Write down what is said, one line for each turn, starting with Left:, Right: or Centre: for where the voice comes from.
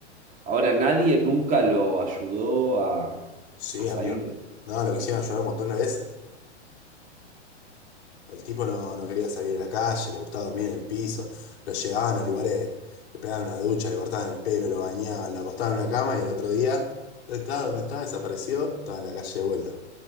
Right: Ahora, nadie nunca lo ayudó a,
Left: Sí,
Right: a
Left: amigo.
Right: salir.
Left: No, lo quisieron ayudar un montón de veces. El tipo no, no quería salir de la calle, le gustaba dormir en el piso, lo llevaban a lugares, le pegaban una ducha, le cortaban el pelo, lo bañaban, lo acostaban en una cama y el otro día, ¿dónde estaba? ¿Dónde estaba? Desapareció, estaba en la calle de vuelta.